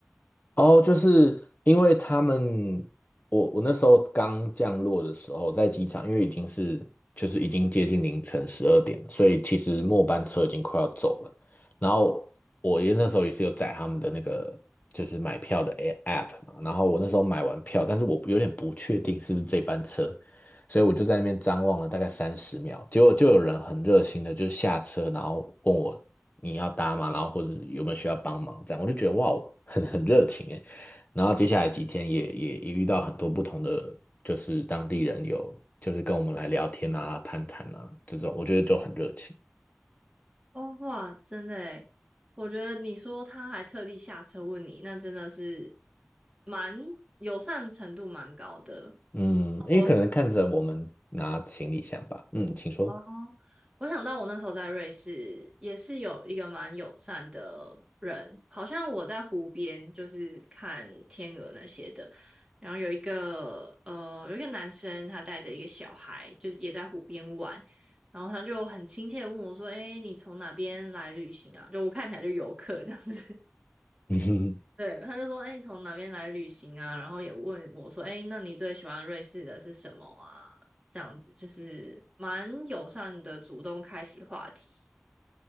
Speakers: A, on the left; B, on the right.
A: 哦，就是因为他们，我我那时候刚降落的时候，在机场，因为已经是就是已经接近凌晨十二点了，所以其实末班车已经快要走了。然后我也那时候也是有载他们的那个就是买票的 A- app 嘛，然后我那时候买完票，但是我有点不确定是不是这班车，所以我就在那边张望了大概三十秒，结果就有人很热心的就下车，然后问我你要搭吗？然后或者有没有需要帮忙这样，我就觉得哇，很很热情诶。然后接下来几天也也也遇到很多不同的，就是当地人有就是跟我们来聊天啊、攀谈啊这种，我觉得就很热情。
B: 哦，哇，真的诶，我觉得你说他还特地下车问你，那真的是蛮友善程度蛮高的。
A: 嗯，因为可能看着我们拿行李箱吧。
B: 我
A: 嗯，请说。
B: 哦，我想到我那时候在瑞士也是有一个蛮友善的人，好像我在湖边就是看天鹅那些的，然后有一个呃有一个男生他带着一个小孩，就是也在湖边玩。然后他就很亲切的问我说：“哎，你从哪边来旅行啊？”就我看起来就游客这样子。
A: <laughs>
B: 对，他就说：“哎，你从哪边来旅行啊？”然后也问我说：“哎，那你最喜欢瑞士的是什么啊？”这样子就是蛮友善的，主动开启话题。